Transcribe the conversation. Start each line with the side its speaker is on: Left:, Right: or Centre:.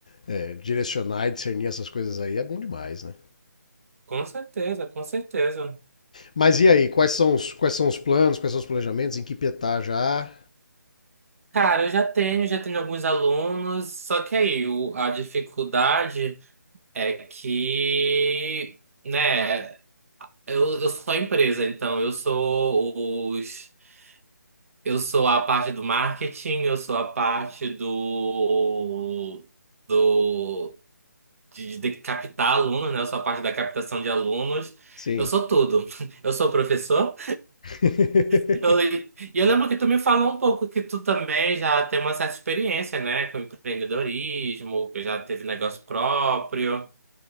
Left: é, direcionar e discernir essas coisas aí é bom demais, né?
Right: Com certeza, com certeza.
Left: Mas e aí, quais são os, quais são os planos, quais são os planejamentos, em que pé tá já?
Right: Cara, eu já tenho, já tenho alguns alunos, só que aí o- a dificuldade é que, né, eu, eu sou a empresa, então eu sou os Eu sou a parte do marketing, eu sou a parte do, do de, de captar alunos, né? Eu sou a parte da captação de alunos.
Left: Sim.
Right: Eu sou tudo. <laughs> Eu sou professor.
Left: <laughs>
Right: Eu, e eu lembro que tu me falou um pouco que tu também já tem uma certa experiência, né? Com empreendedorismo, que já teve negócio próprio.